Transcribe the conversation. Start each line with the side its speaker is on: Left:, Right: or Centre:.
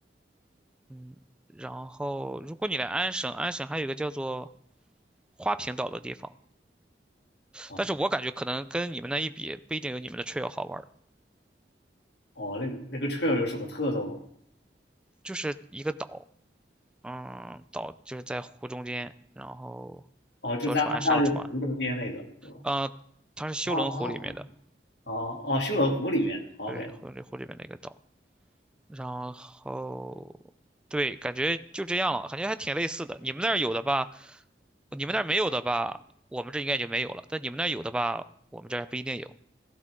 Centre: 嗯，然后如果你来安省，安省还有一个叫做花瓶岛的地方，
Left: 啊，
Centre: 但是我感觉可能跟你们那一比，不一定有你们的 trail 好玩儿，
Left: 哦，那个那个 trail 有什么特色吗？
Centre: 就是一个岛，嗯，岛就是在湖中间，然后
Left: 哦，就在安大略湖中间那个是吧？
Centre: 坐船上船，呃，它是修伦湖里面的，
Left: 哦哦哦哦，修罗湖里面的，OK，
Centre: 对，修伦湖里面的一个岛，然后对，感觉就这样了，感觉还挺类似的。你们那儿有的吧，你们那儿没有的吧，我们这应该就没有了，但你们那儿有的吧，我们这儿还不一定有。